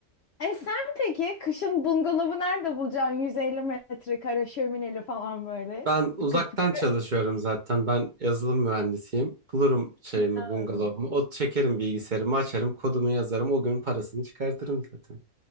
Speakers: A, on the left; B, on the right.
A: E sen peki kışın bungalovu nerede bulacaksın? 150 metrekare şömineli falan böyle.
B: Ben uzaktan
A: Fıkır fıkır.
B: çalışıyorum zaten. Ben yazılım mühendisiyim. Bulurum şeyimi,
A: Ha.
B: bungalovumu. O çekerim bilgisayarımı, açarım, kodumu yazarım. O gün parasını çıkartırım zaten.